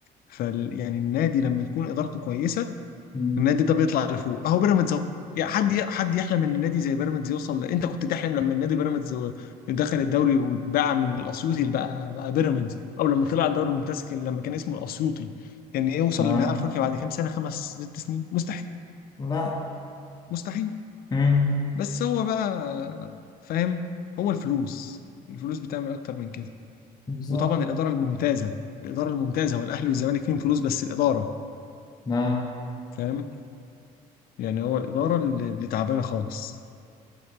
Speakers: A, on the left (about 60°); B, on the left (about 25°).
A: فال يعني النادي لما تكون ادارته كويسه
B: مم.
A: النادي ده بيطلع لفوق اهو بيراميدز اهو يعني حد ي- حد يحلم ان النادي زي بيراميدز يوصل ل- انت كنت تحلم لما النادي بيراميدز و- دخل الدوري واتباع من الاسيوطي اللي بقى بقى بيراميدز او لما طلع الدوري الممتاز كان- لما كان اسمه الاسيوطي كان يوصل
B: اه
A: لنهائي افريقيا بعد كام سنه خمس ست سنين مستحيل
B: لا
A: مستحيل
B: مم.
A: بس هو بقى فاهم هو الفلوس الفلوس بتعمل اكتر من كده
B: بالظبط
A: وطبعا الاداره الممتازه الاداره الممتازه والاهلي والزمالك فيهم فلوس بس الاداره
B: لا
A: فاهم يعني هو الاداره اللي اللي تعبانه خالص